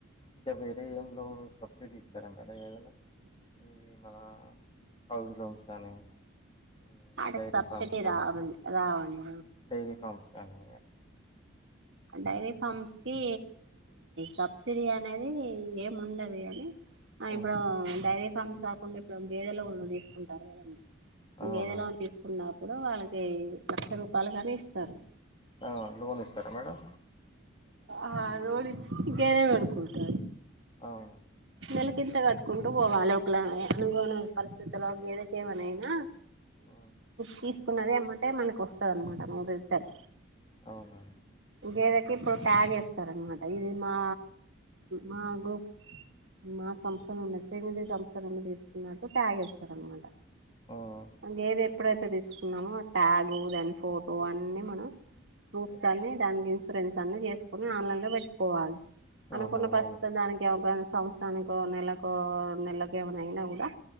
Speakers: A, on the left; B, on the right.
A: ఇంకా వేరే ఏం లోన్ సబ్సిడీ ఇస్తారా మేడం ఏదన్నా ఇది మన హౌస్ లోన్స్ కానీ ఈ
B: వాటికి
A: డైరీ
B: సబ్సిడీ
A: ఫర్మ్ కానీ
B: రావండి రావండి
A: డైరీ ఫర్మ్ కానీ
B: వి డైరీ ఫర్మ్ కి సబ్సిడీ అనేది ఏం ఉండది అని
A: ఉమ్,
B: ఇప్పుడు డైరీ ఫామ్స్ కాకుండా ఇప్పుడు గేదెల లోళ్లు తీసుకుంటారు కదండి
A: అవునండి
B: గేద లోన్ తీసుకున్నప్పుడు వాళ్ళకి లక్ష రూపాయలు కానీ ఇస్తారు
A: ఆ లోన్ ఇస్తారా మేడం
B: ఆ లోన్ ఇచ్చేది అనుకుంటా
A: అవును
B: నెలకింత కట్టుకుంటూ పోవాలి ఒకళ అనుకోని పరిస్థితులో గేదకు ఏమనైనా ఐన
A: ఉమ్,
B: తీసుకున్నది ఏమంటే మనకు వస్తుందన్నమాట వస్తది రిటర్న్
A: అవున
B: గేదెకు ఇప్పుడు ట్యాగ్ చేస్తార అనమాట ఇది మా మాగు మా సంస్థ నుండి స్త్రీ నిధి సంస్థ నుండి తీసుకున్నట్టు ట్యాగ్ ఏస్తారనమాట
A: ఉమ్,
B: గేదేప్ ఎప్పుడైతే తీసుకున్నామో ఆ ట్యాగు దాని ఫోటో అన్ని మనం ప్రూఫ్స్ అన్ని దానికి ఇన్సూరెన్స్ అన్నీ చేసుకొని ఆన్లైన్ లో పెట్టికోవాలి అనుకున్న
A: ఆహా
B: పరిస్థితుల్లో
A: అవునా
B: దానికి ఏమన్నా సంస్థ దానికో నెలకో నెలకో ఏమయినా ఐన కూడా